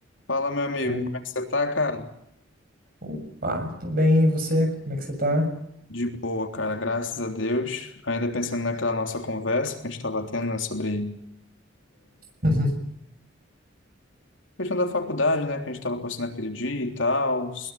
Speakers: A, on the left; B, on the right.
A: Fala, meu amigo,
B: Opa!
A: como é que você tá, cara?
B: Opa! Tô bem, e você? Como é que você tá?
A: De boa, cara, graças a Deus. Ainda pensando naquela nossa conversa que a gente estava tendo, né, sobre
B: <laughs>
A: a questão da faculdade, né, que a gente estava conversando aquele dia e tal.